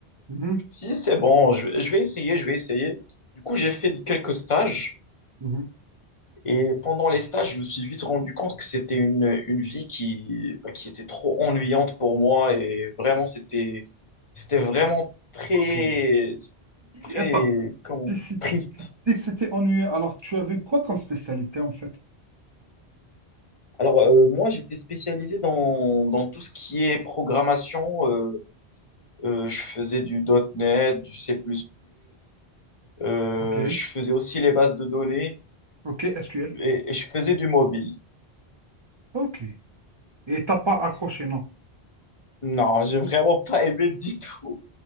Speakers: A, on the right (about 35°); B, on the left (about 35°).
A: Mhm,
B: je me suis dit, c'est bon, je, je vais essayer, je vais essayer. Du coup, j'ai fait quelques stages.
A: mhm.
B: Et pendant les stages, je me suis vite rendu compte que c'était une, une vie qui, bah, qui était trop ennuyante pour moi et vraiment, c'était, c'était vraiment très,
A: OK. Et-
B: très,
A: Attends.
B: comment,
A: Si, si
B: triste.
A: dit que c'était ennuyeux. Alors, tu avais quoi comme spécialité en fait?
B: Alors, euh, moi, j'étais spécialisé dans, dans tout ce qui est programmation. euh, euh, je faisais du .NET, du C++, euh,
A: Ok,
B: je faisais aussi les bases de données
A: ok, SQL.
B: et, et je faisais du mobile.
A: Ok. Et t'as pas accroché, non?
B: Non, j'ai vraiment pas aimé du tout.